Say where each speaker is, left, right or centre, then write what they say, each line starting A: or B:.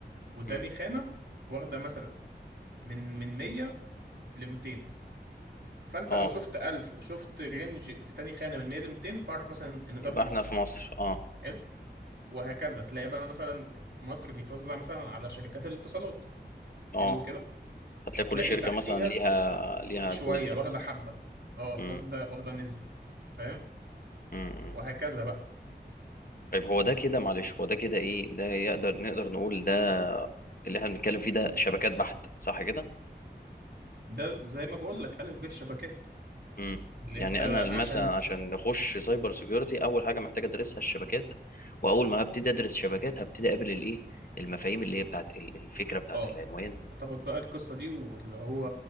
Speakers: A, on the right; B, on the left.
A: وتاني
B: مم.
A: خانة واخدة مثلا من من 100 ل 200 فانت
B: اه
A: لو شفت 1000 وشفت رينج في تاني خانه من 100 ل 200 تعرف مثلا ان
B: يبقى
A: ده في مصر
B: احنا في مصر اه
A: حلو وهكذا تلاقي بقى مثلا في مصر بيتوزع مثلا على شركات الاتصالات حلو
B: اه
A: كده
B: هتلاقي
A: فتلاقي
B: كل شركة
A: تحتيها
B: مثلا ليها ليها
A: شويه
B: جزء
A: واخده
B: مثلا
A: حبه اه
B: مم،
A: واخده واخده نسبه فاهم
B: مم، مم.
A: وهكذا بقى
B: طيب هو ده كده معلش هو ده كده ايه ده يقدر نقدر نقول ده اللي احنا بنتكلم فيه ده شبكات بحت صح كده
A: ده زي ما بقول لك الف ب الشبكات
B: امم
A: اللي
B: يعني
A: انت
B: انا مثلا
A: عشان
B: عشان اخش سايبر سيكيورتي اول حاجه محتاج ادرسها الشبكات واول ما هبتدي ادرس شبكات هبتدي اقابل الايه المفاهيم اللي هي بتاعت ال- الفكره بتاعت
A: اه
B: العنوان
A: بتاخد بقى القصه دي واللي هو